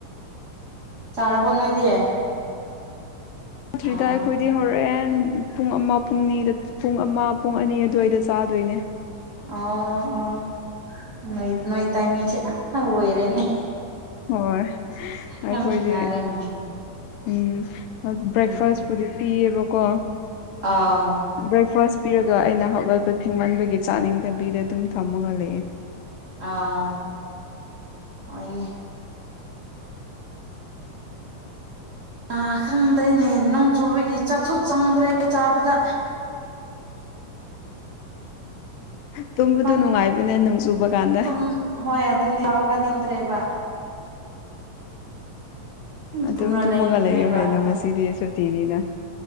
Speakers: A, on the right; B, on the left.
A: ꯆꯥꯔꯕꯣ ꯅꯣꯏꯗꯤ
B: ꯗ꯭ꯔꯤꯗ
A: ꯑꯥ
B: ꯑꯩꯈꯣꯏꯗꯤ ꯍꯧꯔꯦꯟ ꯄꯨꯡ ꯑꯃ ꯄꯨꯡꯅꯤꯗ ꯄꯨꯡ ꯑꯃ ꯄꯨꯡ ꯑꯅꯤ ꯑꯗꯨꯋꯥꯏꯗ ꯆꯥꯗꯣꯏꯅꯦ
A: ꯑꯣ ꯑꯣ ꯅꯣꯏ ꯅꯣꯏ ꯇꯥꯏꯃꯤꯡꯁꯦ ꯑ ꯑꯣꯏꯔꯦꯅꯦ
B: ꯍꯣꯏ ꯑꯩꯈꯣꯏꯗꯤ
A: ꯌꯥꯝ ꯈꯦꯠꯅꯔꯦꯅꯦ
B: ꯎꯝ ꯕ꯭ꯔꯦꯛꯐꯥꯁꯄꯨꯗꯤ
A: ꯎꯝ
B: ꯄꯤꯌꯦꯕꯀꯣ
A: ꯑꯥ
B: ꯕ꯭ꯔꯦꯛꯐꯥꯁ ꯄꯤꯔꯒ ꯑꯩꯅ ꯍꯧꯒꯠꯄ ꯊꯦꯡꯃꯟꯕꯒꯤ ꯆꯥꯅꯤꯡꯗꯕꯤꯗ ꯑꯗꯨꯝ ꯊꯝꯃꯒ ꯂꯩꯌꯦ
A: ꯑꯥ ꯍꯣꯏꯅꯦ
B: <inaudible>
A: ꯑꯥ ꯈꯪꯗ꯭ꯔꯦꯅꯦ ꯅꯣꯡ ꯆꯨꯕꯒꯤ ꯆꯥꯛꯁꯨ ꯆꯪꯗ꯭ꯔꯦ ꯆꯥꯕꯗ
B: ꯇꯨꯝꯕꯗꯨ
A: ꯃꯄꯥꯟ
B: ꯅꯨꯡꯉꯥꯏꯕꯅꯦ ꯅꯣꯡ ꯆꯨꯕ ꯀꯥꯟꯗ
A: ꯇꯨꯝ ꯍꯣꯏ ꯑꯗꯨ ꯌꯥꯎꯒꯅꯤꯡꯗ꯭ꯔꯦꯕ
B: ꯑꯗꯨꯝ
A: ꯇꯨꯝꯔ
B: ꯇꯨꯝꯃꯒ
A: ꯂꯩꯅꯤꯡꯈ꯭ꯔꯦꯕ
B: ꯂꯩꯌꯣ ꯀꯩꯅꯣ ꯉꯁꯤꯗꯤ ꯁꯨꯇꯤꯅꯤꯅ